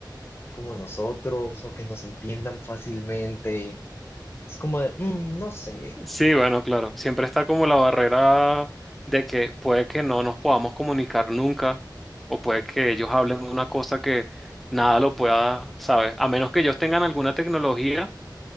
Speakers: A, on the left (about 30°); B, in the centre.
A: como nosotros o que nos entiendan fácilmente. Es como de, "Mm, no sé,
B: Sí, bueno, claro. Siempre está como la barrera de que puede que no nos podamos comunicar nunca o puede que ellos hablen una cosa que nada lo pueda saber. A menos que ellos tengan alguna tecnología